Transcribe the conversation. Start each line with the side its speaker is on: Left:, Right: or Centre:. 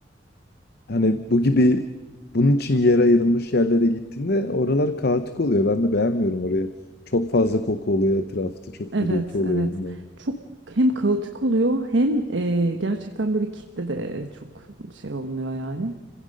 Left: hani bu gibi bunun için yer ayrılmış yerlere gittiğinde oralar kaotik oluyor. Ben de beğenmiyorum oraya. Çok fazla koku oluyor etrafta. Çok
Right: Evet
Left: gürültü oluyor
Right: evet.
Left: bilmiyorum.
Right: Çok hem kaotik oluyor hem e, gerçekten böyle kitle de çok şey olmuyor yani.